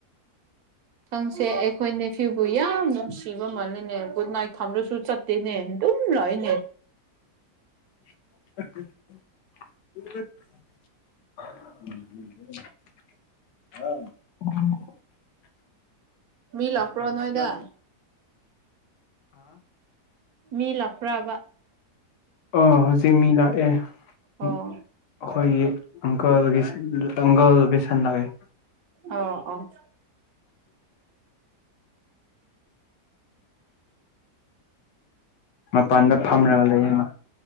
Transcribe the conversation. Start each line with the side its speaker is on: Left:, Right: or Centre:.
Right: ꯈꯪꯁꯦ ꯑꯩꯈꯣꯏꯅ ꯐ꯭ꯌꯨꯕꯨ ꯌꯥꯝꯅ ꯁꯤꯕ ꯃꯥꯥꯟꯅꯤꯅꯦ ꯀꯅꯥꯏ ꯈꯝ꯭ꯔꯣ ꯁ ꯆꯠꯇꯅꯦ ꯑꯗꯨꯝ ꯂꯏꯅꯦ
Left: <inaudible> ꯎꯝ ꯎ ꯑ
Right: ꯃꯤ ꯂꯥꯛꯄ꯭ꯔꯣ
Left: ꯑ
Right: ꯅꯣꯏꯗ ꯃꯤ ꯂꯞꯄ꯭ꯔꯕ
Left: ꯑ ꯍꯧꯖꯤꯛ ꯃꯤ ꯂꯥꯛꯑꯦ ꯑꯩꯈꯣꯏꯒꯤ
Right: ꯑꯣ
Left: ꯑꯪꯀꯜꯒꯤ ꯑꯪꯀꯜꯗꯨ ꯄꯁꯜꯂꯛꯑꯦ <inaudible>
Right: ꯑꯣ ꯑꯣ
Left: ꯃꯄꯥꯟꯗ ꯐꯝꯔꯒ ꯂꯩꯌꯦꯃ